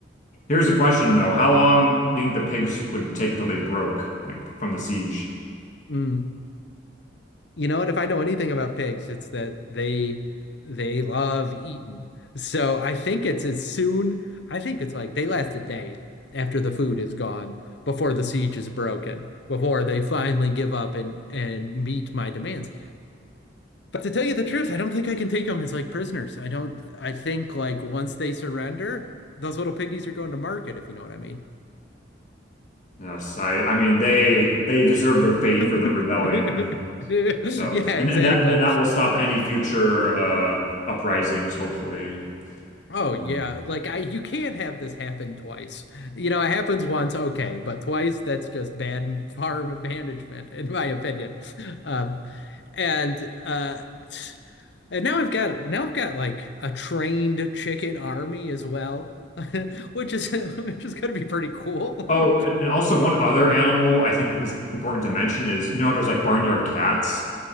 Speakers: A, on the left (about 40°); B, on the left (about 65°).
A: Here's the question though. How long do you think the pigs would take until they broke, like from the siege?
B: Mm. You know what? If I know anything about pigs, it's that they they love eating. So I think it's as soon, I think it's like they last a day after the food is gone, before the siege is broken, before they finally give up and and meet my demands. But to tell you the truth, I don't think I can take them as like prisoners. I don't, I think like once they surrender, those little piggies are going to market, if you know what I mean.
A: Yes, I I mean they they deserve their fate
B: <laughs>
A: for their rebellion. So
B: Yeah,
A: and
B: exactly.
A: and that and that will stop any future uh uprisings, hopefully.
B: Oh
A: Um
B: yeah, like I you can't have this happen twice. You know, it happens once, okay, but twice that's just bad farm management, in my opinion. Um, and uh, and now I've got now I've got like a trained chicken army as well, <laughs> which is <laughs> which is gonna be pretty cool.
A: Oh,
B: <laughs>
A: and also one other animal I think is important to mention is, you know, there's like barnyard cats.